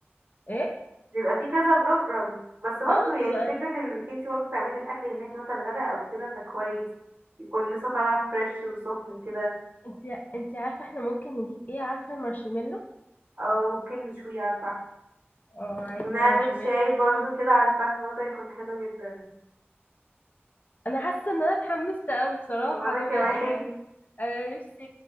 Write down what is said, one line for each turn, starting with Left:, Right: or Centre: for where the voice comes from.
Left: ايه
Right: بيبقى في كذا بروجرام بس برضه
Left: اه
Right: يعني
Left: بيبقى
Right: فكرة انك انتي برضه تعملي الأكل هناك مثلا غدا أو كده فكويس يكون لسه طالع فريش وسخن كده
Left: انت انت عارفه احنا ممكن نجيب ايه عارفه مارشميلو
Right: أو ممكن نشويه على الفحم
Left: اه عايزه
Right: ونعمل
Left: مارشميلو
Right: شاي برضه
Left: كده
Right: كده على الفحم برضه هيكون حلو جدا
Left: انا حاسه ان انا اتحمست قوي بصراحه
Right: وأنا
Left: انا
Right: كمان
Left: بقى يعني
Right: <laughs>
Left: انا نفسي